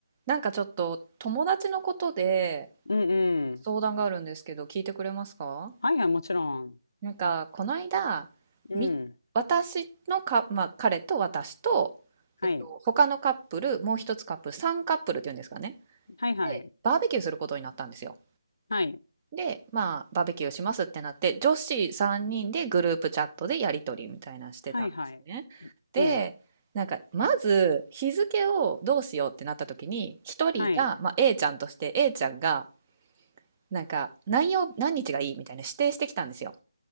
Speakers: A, on the right; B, on the left.
A: なんかちょっと友達のことで
B: うんうん。
A: 相談があるんですけど、聞いてくれますか
B: はいはい、もちろん。
A: なんか、この間、
B: うん。
A: み、私のか、まあ、彼と私と、
B: はい。
A: えっと、他のカップル、もう一つカップル、3カップルっていうんですかね。
B: はいはい。
A: で、バーベキューすることになったんですよ。
B: はい。
A: で、まあ、バーベキューしますってなって、女子3人でグループチャットでやりとりみたいなのしてたんですね。
B: はいはい。
A: で、
B: うん。
A: なんかまず日付をどうしようってなった時に一人が、
B: はい。
A: まあ、A ちゃんとして A ちゃんがなんか何曜何日がいいみたいな指定してきたんですよ。